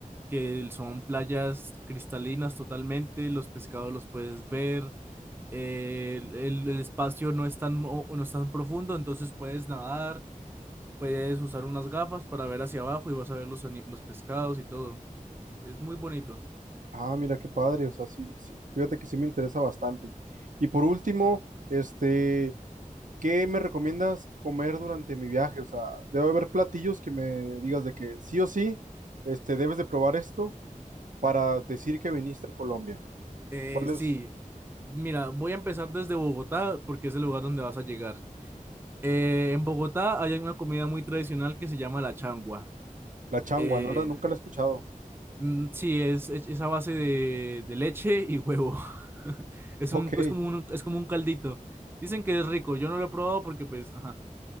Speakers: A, on the right; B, on the right.
A: que son playas cristalinas totalmente, los pescados los puedes ver, eh, el, el- el espacio no es tan, o- no es tan profundo, entonces puedes nadar, puedes usar unas gafas para ver hacia abajo y vas a ver los, ani- los pescados y todo. Es muy bonito.
B: Ah, mira qué padre. O sea, sí, sí, fíjate que sí me interesa bastante. Y por último, este, ¿qué me recomiendas comer durante mi viaje? O sea, debe haber platillos que me digas de que sí o sí, este, debes de probar esto para decir que viniste a Colombia.
A: Eh,
B: ¿Cuál
A: sí,
B: es
A: mira, voy a empezar desde Bogotá porque es el lugar donde vas a llegar. Eh, en Bogotá hay una comida muy tradicional que se llama la changua.
B: la changua?
A: Eh,
B: No la, nunca la he escuchado.
A: mm, sí, es, es, es a base de, de leche y huevo. <laughs> Es
B: Ok.
A: un, es como un, es como un caldito. Dicen que es rico, yo no lo he probado porque pues, ajá.